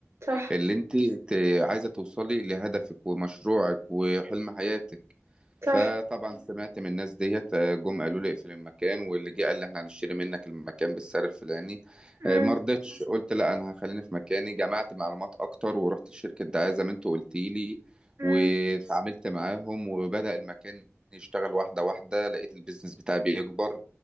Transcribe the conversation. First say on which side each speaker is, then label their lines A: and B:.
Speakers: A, on the right (about 60°); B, on the right (about 15°).
A: صح
B: اللي انت ت- عايزه توصلي لهدفك ومشروعك وحلم حياتك فطبعا
A: صح
B: سمعت من الناس ديت آه، جم قالوا لي اقفل المكان واللي جه قال لي احنا هنشتري منك المكان بالسعر الفلاني
A: امم
B: آه، ما رضيتش قلت لا انا هخليني في مكاني جمعت معلومات اكتر ورحت لشركه دعايه زي ما انت قلتي لي
A: امم
B: وتعاملت معاهم وبدأ المكان يشتغل واحده واحده لقيت البيزنس بتاعي بيكبر